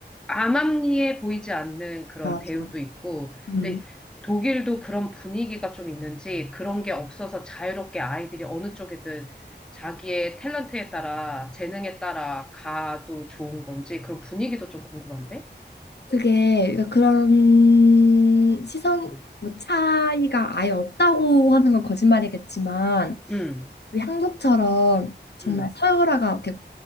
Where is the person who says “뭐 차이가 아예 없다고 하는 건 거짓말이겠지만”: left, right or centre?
Left